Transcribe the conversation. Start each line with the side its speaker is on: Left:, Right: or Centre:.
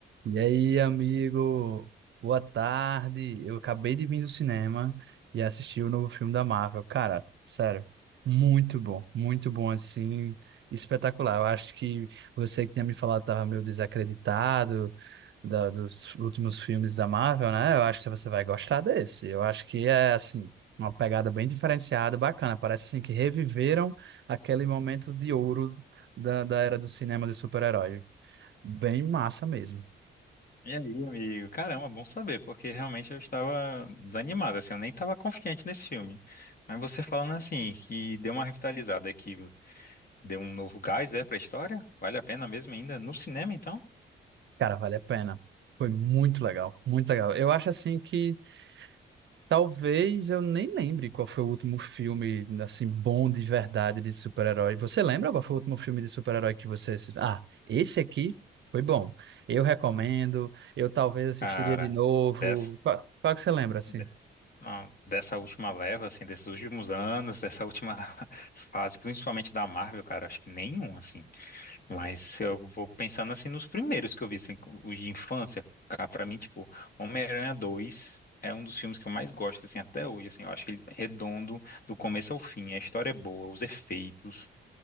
Right: E aí, amigo? Boa tarde. Eu acabei de vir do cinema e assisti o novo filme da Marvel. Cara, sério, muito bom, muito bom assim, espetacular. Eu acho que você que tinha me falado estava meio desacreditado da- dos últimos filmes da Marvel, né? Eu acho que você vai gostar desse. Eu acho que é assim, uma pegada bem diferenciada, bacana. Parece assim que reviveram aquele momento de ouro da, da era do cinema de super-herói. Bem massa mesmo.
Left: E aí, amigo? Caramba, bom saber, porque realmente eu estava desanimado, assim, eu nem estava confiante nesse filme. Mas você falando assim, que deu uma revitalizada, que deu um novo gás, é, pra história? Vale a pena mesmo ainda? No cinema, então?
Right: Cara, vale a pena. Foi muito legal, muito legal. Eu acho assim que talvez eu nem lembre qual foi o último filme assim bom de verdade de super-herói. Você lembra qual foi o último filme de super-herói que você assis- Ah, esse aqui foi bom. Eu recomendo. Eu talvez assistiria
Left: Cara,
Right: de novo.
Left: dessa,
Right: Qual, qual que você lembra assim?
Left: de- não, dessa última leva, assim, desses últimos anos, dessa última <laughs> fase, principalmente da Marvel, cara, acho que nenhum, assim. Mas eu vou pensando assim nos primeiros que eu vi, assim, os de infância, cara, pra mim, tipo, Homem-Aranha 2 é um dos filmes que eu mais gosto, assim, até hoje, assim, eu acho que ele é redondo do começo ao fim, a história é boa, os efeitos,